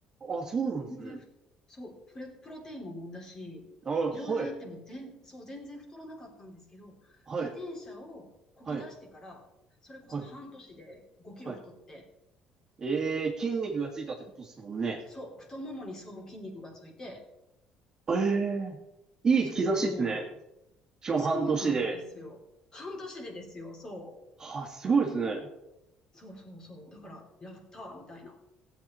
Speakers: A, on the right; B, on the left.
A: あ、そうなんですね。
B: 全然ふ、そう、プレ、プロテインも飲んだし、
A: あ、
B: いろいろやっても全、
A: はい、
B: そう、全然太らなかったんですけど、
A: はい、
B: 自転車をこぎ出してから、
A: はい、
B: それこそ半年で5キロ太って、
A: はい、はい。ええー筋肉がついたってことですもんね。
B: そう、太ももにそう筋肉がついて、
A: ええーいい兆しですね。
B: そう。
A: しかも半年で。
B: そうなんですよ。半年でですよ。そ
A: は、すごいですね。
B: う。そうそうそう。だから、やったーみたいな